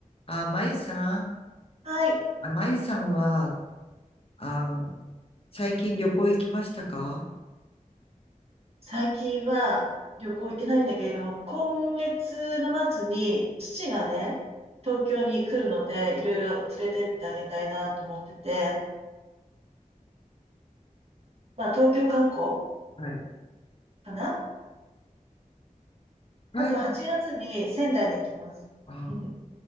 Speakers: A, on the left; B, on the right.
A: あ、まゆさん、
B: はい。
A: あ、まゆさんは、あ、最近旅行行きましたか
B: 最近は旅行行ってないんだけれども、今月の末に父がね、東京に来るので、いろいろ連れてってあげたいなと思ってて、まあ東京観光
A: はい。
B: かな
A: はい。
B: あと8月に仙台に行きます。
A: あ、
B: <laughs>